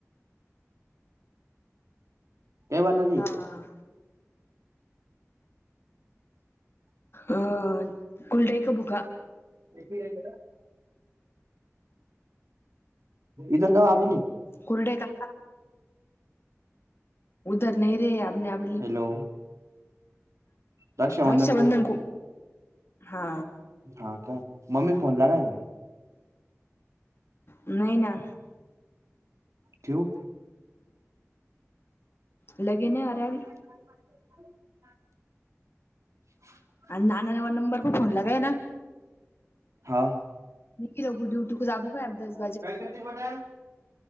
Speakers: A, on the right (about 65°); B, on the left (about 50°).
A: ते बणाली
B: आं अ कुलडायकं बुघा
A: <unintelligible> इदर गाव आबोली.
B: कुरडे का <unintelligible>
A: हॅलो रक्षाबंधन
B: राक्षाबंधन
A: को
B: खू हा.
A: हा काय मम्मी कोण लागाय का?
B: नाही ना.
A: ठेवू
B: लगेने आरावी
A: ह ह
B: <unintelligible>
A: हां
B: नीकीला <unintelligible> जाबू काय. <unintelligible>
A: काय करते म्हणा